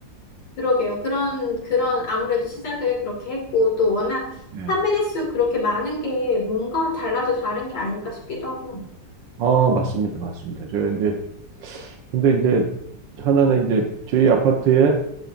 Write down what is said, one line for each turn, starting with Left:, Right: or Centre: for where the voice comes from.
Left: 그러게요. 그런, 그런, 아무래도 시작을 그렇게 했고, 또 워낙
Right: 예.
Left: 판매대 수 그렇게 많은 게 뭔가 달라도 다른 게 아닐까 싶기도 하고요.
Right: 아, 맞습니다. 맞습니다. 저 이제 근데 이제 하나는 이제 저희 아파트에